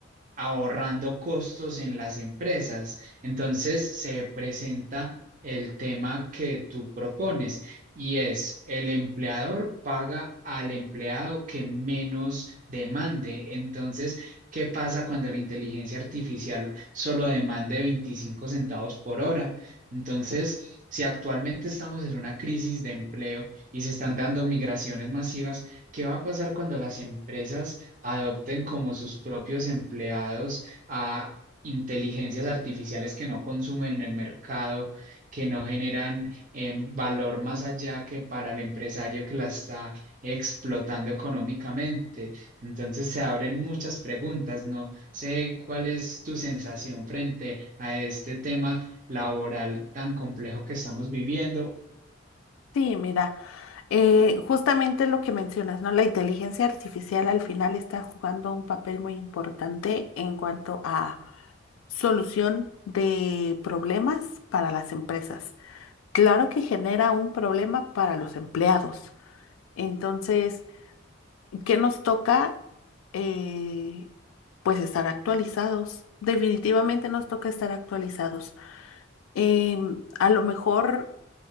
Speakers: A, on the right; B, on the left.
A: ahorrando costos en las empresas. Entonces se presenta el tema que tú propones y es el empleador paga al empleado que menos demande. Entonces, ¿qué pasa cuando la inteligencia artificial solo demande 25 centavos por hora? Entonces, si actualmente estamos en una crisis de empleo y se están dando migraciones masivas, ¿qué va a pasar cuando las empresas adopten como sus propios empleados a inteligencias artificiales que no consumen en el mercado, que no generan em, valor más allá que para el empresario que la está explotando económicamente. Entonces se abren muchas preguntas. No sé cuál es tu sensación frente a este tema laboral tan complejo que estamos viviendo
B: Sí, mira. Eh, justamente lo que mencionas, ¿no? La inteligencia artificial al final está jugando un papel muy importante en cuanto a solución de problemas para las empresas. Claro que genera un problema para los empleados. Entonces, ¿qué nos toca? Eh, pues estar actualizados. Definitivamente nos toca estar actualizados. Em, a lo mejor